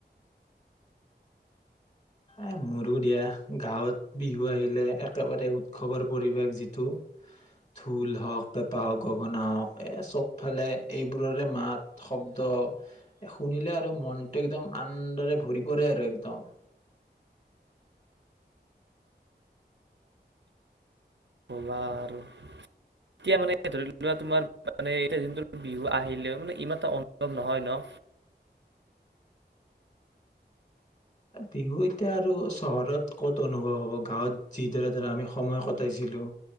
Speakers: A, on the left; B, on the right.
A: এ মোৰো দিয়া। গাঁৱত বিহু আহিলে একেবাৰে উৎসৱৰ পৰিৱেশ যিটো ঢোল হওক, পেঁপা হওক, গগনা হওক এই চবফালে এইবোৰৰে মাত, শব্দ শুনিলে আৰু মনটো একদম আনন্দৰে ভৰি পৰে আৰু একদম।
B: কবা আৰু এতিয়া মানে ধৰি লোৱা তোমাৰ মানে এতিয়া যোন বিহু আহিলে মানে ইমান এটা অনুভৱ নহয় ন?
A: বিহু এতিয়া আৰু চহৰত ক'ত অনুভৱ হব? গাঁৱত যিদৰে ধৰা আমি সময় কটাইছিলো